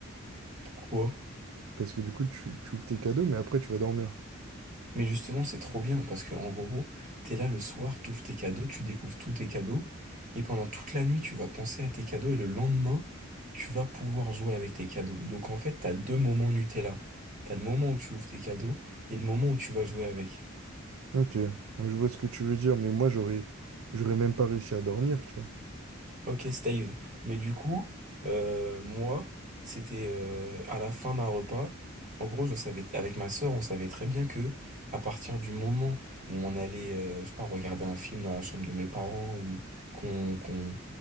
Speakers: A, on the right; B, on the right.
A: pourquoi
B: Parce que du coup, tu, tu ouvres tes cadeaux, mais après, tu vas dormir.
A: Mais justement, c'est trop bien parce que en gros, t'es là le soir, t'ouvres tes cadeaux, tu découvres tous tes cadeaux, et pendant toute la nuit, tu vas penser à tes cadeaux, et le lendemain, tu vas pouvoir jouer avec tes cadeaux. Donc en fait, t'as deux moments Nutella. T'as le moment où tu ouvres tes cadeaux et le moment où tu vas jouer avec.
B: Ok. Donc, je vois ce que tu veux dire, mais moi, j'aurais, j'aurais même pas réussi à dormir, tu vois.
A: Ok, Steve. Mais du coup, euh, moi, c'était euh, à la fin d'un repas. En gros, je savais, avec ma sœur, on savait très bien que à partir du moment où on allait, euh, je sais pas, regarder un film dans la chambre de mes parents ou qu'on qu'on